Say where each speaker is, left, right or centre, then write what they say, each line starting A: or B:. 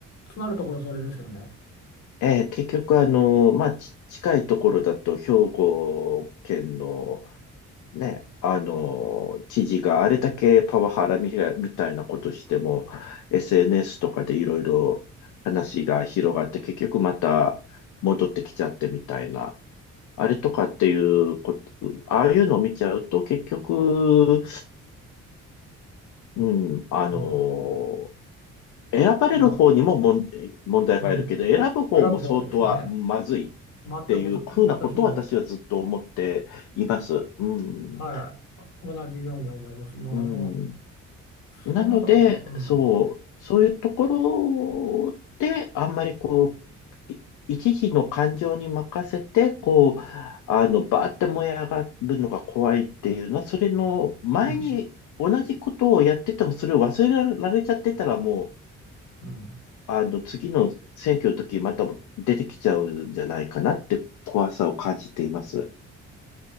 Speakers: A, on the left; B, on the left.
A: つまるところそれですよね
B: えー結局、あの、まあ、ち近いところだと、兵庫県のね、あの、知事があれだけパワハラみたみたいなことしても、SNS とかでいろいろ話が広がって、結局また戻ってきちゃってみたいな、あれとかっていうこと、ああいうのを見ちゃうと、結局、うん、あの、
A: うん
B: 選ばれる方にも問、
A: いや
B: 問題があるけど、
A: うん
B: 選ぶ方も相当はまずい
A: 選ぶ方ですよね全くそ私も
B: っていう風なことを私はずっと思っています。うん、
A: はい、同じように思います。もうあの、
B: うんなので、
A: そもそも、うん、
B: そう、そういうところで、あんまりこう、い一時の感情に任せて、こう、あの、バーって燃え上がるのが怖いっていうのは、それの前に同じことをやってても、
A: うん、
B: それを忘れられちゃってたら、もう、
A: うん、
B: あの、次の選挙の時、また出てきちゃうんじゃないかなって怖さを感じています。